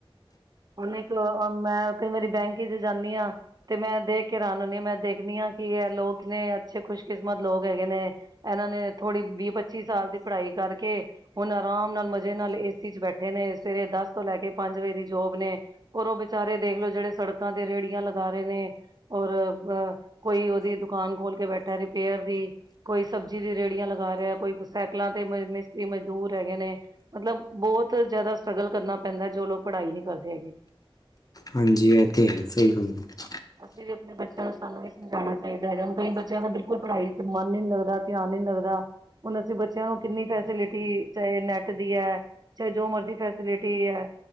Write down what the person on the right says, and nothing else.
ਹੁਣ ਇੱਕ ਅ ਮੈਂ ਕਈ ਵਾਰੀ‌ ਬੈਂਕ ਚ ਜਾਂਦੀ ਹਾਂ ਤੇ ਮੈਂ ਦੇਖ ਕੇ ਰਾਨ ਹੁਨੀ ਹਾਂ, ਮੈਂ ਦੇਖਦੀ ਹਾਂ ਕਿ ਲੋਕ ਕਿੰਨੇ ਅੱਛੇ ਖੁਸ਼ਕਿਸਮਤ ਲੋਕ ਹੈਗੇ ਨੇ ਇਹਨਾਂ ਨੇ ਥੋੜੀ ਵੀਹ-ਪੱਚੀ ਸਾਲ ਦੀ ਪੜ੍ਹਾਈ ਕਰਕੇ ਹੁਣ ਆਰਾਮ ਨਾਲ ਮਜ਼ੇ ਨਾਲ ਏ ਸੀ ਚ ਬੈਠੇ ਨੇ, ਸਵੇਰੇ ਦਸ ਤੋਂ ਲੈ ਕੇ ਪੰਜ ਵਜੇ ਦੀ ਜੋਬ ਨੇ। ਔਰ ਉਹ ਵਿਚਾਰੇ ਦੇਖਲੋ ਜਿਹੜੇ ਸੜਕਾਂ ਤੇ ਰੇਹੜੀਆਂ ਲਗਾ ਰਹੇ ਨੇ ਔਰ ਬ ਕੋਈ ਉਹਦੀ ਦੁਕਾਨ ਖੋਲ ਕੇ ਬੈਠਾ ਰਿਪੇਅਰ ਦੀ। ਕੋਈ ਸਬਜ਼ੀ ਦੀ ਰੇਹੜੀਆਂ ਲਗਾ ਰਿਹਾ, ਕੋਈ ਸਾਈਕਲਾਂ ਤੇ ਮਿਸਤਰੀ ਮਜ਼ਦੂਰ ਹੈਗੇ ਨੇ। ਮਤਲਬ ਬਹੁਤ ਜ਼ਿਆਦਾ ਸਟਰਗਲ ਕਰਨਾ ਪੈਂਦਾ ਏ, ਜੋ ਲੋਕ ਪੜ੍ਹਾਈ ਨਹੀਂ ਕਰਦੇ ਹੈਗੇ।
<inaudible> ਵੀ ਆਪਣੇ ਬੱਚਿਆਂ ਨੂੰ ਸਾਨੂੰ ਏਹੀ ਸਮਝਾਉਣਾ ਚਾਹੀਦਾ ਹੈਗਾ, ਹੁਣ ਕਈ ਬੱਚਿਆਂ ਦਾ ਬਿਲਕੁਲ ਪੜ੍ਹਾਈ ਚ ਮਨ ਈ ਨੀ ਲੱਗਦਾ, ਧਿਆਨ ਈਨੀ ਲੱਗਦਾ ਹੁਣ ਅਸੀਂ ਬੱਚਿਆਂ ਨੂੰ ਕਿੰਨੀ ਫੈਸਿਲਿਟੀ ਚਾਹੇ ਨੈਟ ਦੀ ਹੈ ਚਾਹੇ ਜੋ ਮਰਜ਼ੀ ਫੈਸਿਲਿਟੀ ਈ ਹੈ